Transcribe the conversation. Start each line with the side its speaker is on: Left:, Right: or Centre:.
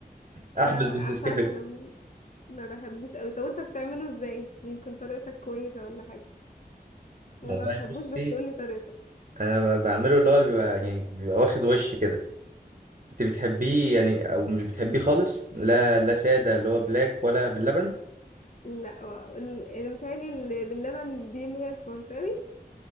Right: احبس
Left: انا
Right: بالنسكافيه
Left: أنا مش عارفة انا م- ما بحبوش قوي طب انت بتعمله ازاي يمكن طريقتك كويسة ولا حاجة انا
Right: والله
Left: ما بحبوش
Right: بصي
Left: بس قولي طريقتك
Right: انا ب- بعمله اللي هو اللي بيبقى يعني بيبقى واخد وش كده انت بتحبيه يعني او مش بتحبيه خالص لا لا ساده اللي هو بلاك ولا باللبن
Left: لا و- ال- اللي متهيألي اللي باللبن دي اللي هي الفرنساوي